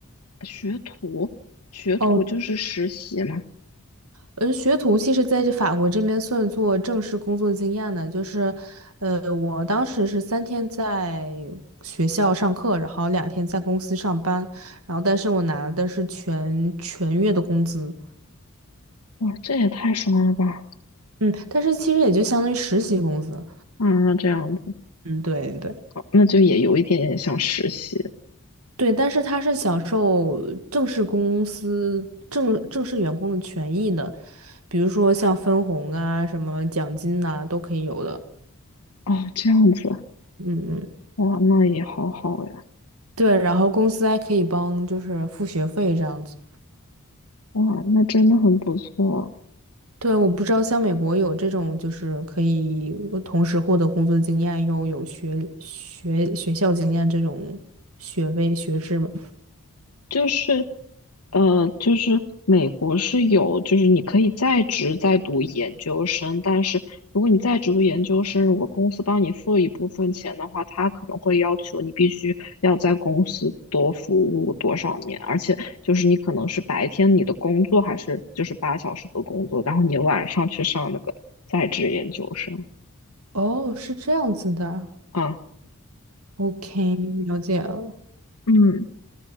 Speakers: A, on the left (about 85°); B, on the right (about 75°).
A: 学徒，学徒就是实习嘛。
B: 哦，嗯，学徒其实在这法国这边算作正式工作经验的，就是，呃，我当时是三天在学校上课，然后两天在公司上班，然后但是我拿的是全全月的工资，
A: 哇，这也太爽了吧！
B: 嗯，但是其实也就相当于实习工资，
A: 啊，这样子。
B: 嗯，对对。
A: 好那就也有一点点像实习
B: 对，但是他是享受正式公司正正式员工的权益的，比如说像分红啊、什么奖金呐、都可以有的。
A: 哦，这样子，
B: 嗯嗯，
A: 哇，那也好好呀，
B: 对，然后公司还可以帮就是付学费这样子。
A: 哇，那真的很不错。
B: 对，我不知道像美国有这种就是可以同时获得工作经验又有学学学校经验这种学位学制吗？
A: 就是，呃，就是美国是有，就是你可以在职在读研究生，但是如果你在职读研究生，如果公司帮你付一部分钱的话，他可能会要求你必须要在公司多服务多少年，而且就是你可能是白天你的工作还是就是八小时的工作，然后你晚上去上那个在职研究生。
B: 哦，是这样子的啊。
A: 啊，
B: OK，了解了。
A: 嗯，